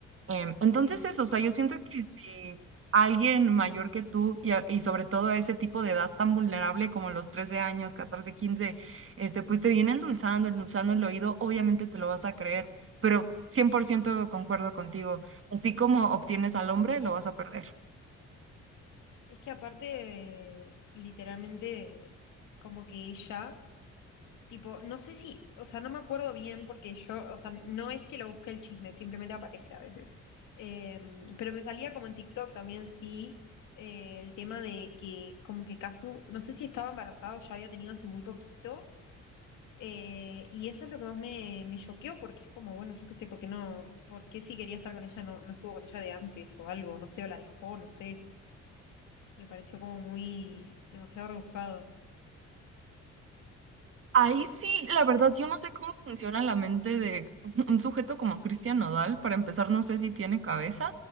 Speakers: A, on the right; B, on the left.
A: Em,
B: ay.
A: entonces eso, o sea, yo siento que si alguien mayor que tú y, a- y sobre todo a ese tipo de edad tan vulnerable como los 13 años, 14 15 este, pues te viene endulzando, endulzando el oído, obviamente te lo vas a creer, pero 100% concuerdo contigo. Así como obtienes al hombre, lo vas a perder.
B: Es que aparte, literalmente, como que ella... Tipo, no sé si, o sea, no me acuerdo bien porque yo, o sea, no es que lo busqué el chisme, simplemente aparece a veces. Eh, pero me salía como en TikTok también, sí, eh, el tema de que como que Kazu, no sé si estaba embarazada o ya había tenido hace muy poquito. eh, y eso es lo que más me, me choqueó porque es como, bueno, yo qué sé, ¿por qué no? ¿Por qué si quería estar con ella no, no estuvo con ella de antes o algo? No sé, o la dejó, no sé. Me pareció como muy demasiado rebuscado.
A: Ahí sí, la verdad, yo no sé cómo funciona la mente de <laughs> un sujeto como Cristian Nodal. Para empezar, no sé si tiene cabeza,